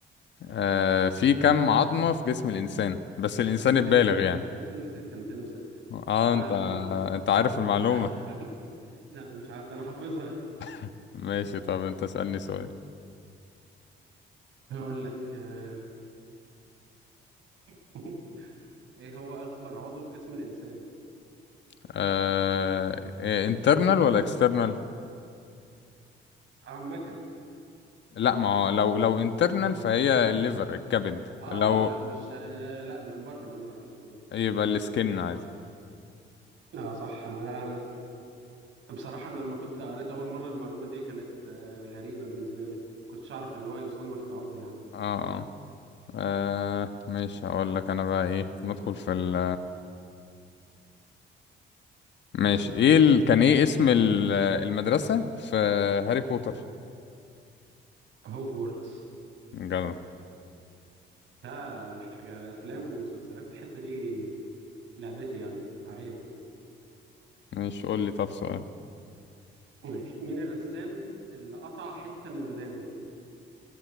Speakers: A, on the left; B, on the right.
A: أه في كم عظمة في جسم الانسان بس الانسان
B: 206
A: البالغ يعني
B: 206 206
A: اه
B: انا
A: انت
B: عارف الم...
A: انت عارف المعلومة
B: <laughs> لا مش عارف ده انا حافظها
A: <laughs> ماشي طب انت اسألني سؤال
B: هقول لك آه، <laughs> ايه هو اكبر عضو في جسم الانسان
A: آه... انترنال ولا اكسترنال
B: عامة
A: لا ما هو لو لو انترنال فهي الليفر الكبد
B: اه
A: لو
B: لا مش آه، لا من بره من بره مش من جوه
A: يبقى السكن عادي
B: اه صح انا أنا- بصراحة انا لما كنت قريت اول مرة المعلومة دي كانت آه، غريبة بالنسبة لي كنتش اعرف ان هو يصنف كعضو يعني
A: اه اه آه، ماشي هقول لك انا بقى ايه ندخل في ال ماشي ايه ال... كان ايه اسم ال- المدرسة في هاري بوتر
B: هوجورتس
A: جدع
B: ده الحاجة الافلام والمسلسلات الحتة دي لعبتي يعني عيب
A: ماشي قول لي طب سؤال
B: ماشي مين الرسام اللي قطع حتة من ودانه